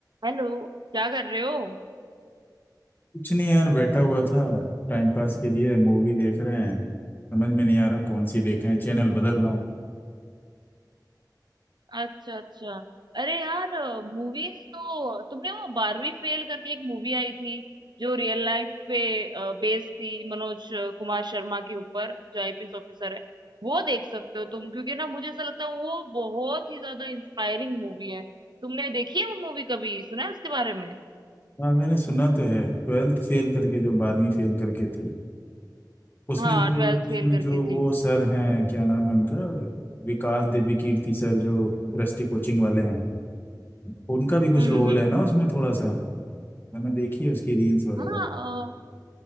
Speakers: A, on the right; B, on the left.
A: हेलो क्या कर रहे हो
B: कुछ नहीं यार बैठा हुआ था टाइम पास के लिए मूवी देख रहे हैं समझ में नहीं आ रहा कौन सी देखें चैनल बदल रहा हूँ
A: अच्छा अच्छा अरे यार मूवीज तो तुमने वो बारहवीं फेल करके एक मूवी आई थी जो रियल लाइफ पे बेस्ड थी मनोज अ, कुमार शर्मा के ऊपर जो आईपीएस ऑफिसर है वो देख सकते हो तुम क्योंकि ना मुझे ऐसा लगता है वो बहुत ही ज्यादा इंस्पायरिंग मूवी है तुमने देखी है वो मूवी कभी सुना है उसके बारे में
B: हाँ मैंने सुना तो है ट्वेल्थ फेल करके जो 12वीं फेल करके थी उसमें
A: हाँ
B: जो
A: ट्वेल्थ
B: उसमें
A: फेल करके
B: जो
A: थी
B: वो सर हैं क्या नाम है उनका विकास दिव्य कीर्ति सर जो दृष्टि कोचिंग वाले हैं उनका भी कुछ
A: हम्म
B: रोल
A: हम्म हम्म।
B: है ना उसमें थोड़ा सा मैंने देखी है उसकी रील्स वगैरह
A: हाँ